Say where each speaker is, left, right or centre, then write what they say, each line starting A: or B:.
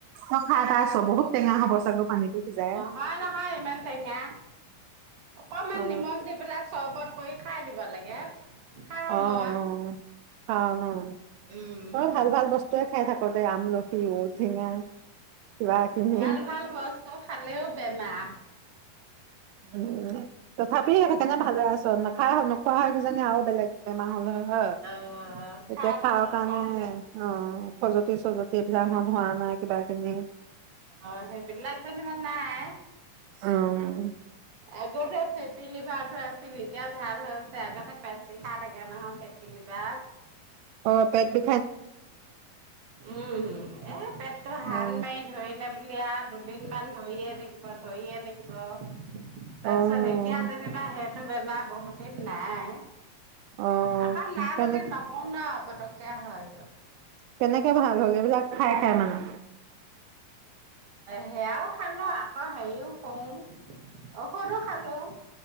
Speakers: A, on the right; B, on the right.
A: তই খাই পাইচ, বহুত টেঙা হ'ব চাগে পানীটো সিজাই!
B: হয় নহয় ইমান টেঙা। অকনমান
A: অ
B: নিমখ দি পেলাই চৰবত কৰি খাই দিব লাগে। খাওঁ
A: অ অৱ
B: মই,
A: অৱ খাও ন,
B: উম,
A: তই ভাল ভাল বস্তু তই খাই থাক দে, আমলখি ঔটেঙা। কিবা কিবি
B: ভাল ভাল বস্তু খালেও বেমা।
A: উম‌ উম, তথাপি সেইকাৰণে ভালে আছ। নাখাই নোখোৱা হয় কিজানি আৰু বেলেগ বেমাৰ হ'ল হয়। হয়,
B: অ',
A: এতিয়া
B: খাৰ তাকৰ
A: খাওঁ কাৰনে।
B: কাৰণে
A: অৱ, খজুৱতি চজতি এইবিলাক হন হোৱা নাই কিবা কিবি।
B: অ সেইবিলাক যেনিবা নাই।
A: উম।
B: আগতে ফেটি লিভাৰতো আছিল এতিয়া ভাল হৈছে আগতে পেট বিষাই থাকে নহয়। ফে- -টি লিভাৰত।
A: অ পেট বি
B: উম উম, এ পেটতো হান
A: অ',
B: মাৰি ধৰিলে বুলি আও দুদিনমান ধৰিয়ে থাকিব ধৰিয়ে থাকিব। তাৰ
A: অ',
B: পিছত এতিয়া যেনিবা সেইটো বেমাৰ বহুত দিন নাই।
A: অ',
B: আকৌ নাই
A: কেনে
B: বুলি নকওঁ ন পতককে হয়।
A: কেনেকে ভাল হ'ল, এইবিলাক খাই খাই মানুহ?
B: সেয়াও খালো নহয়, আকৌ হেৰিও কওঁ। ঔষধো খালো,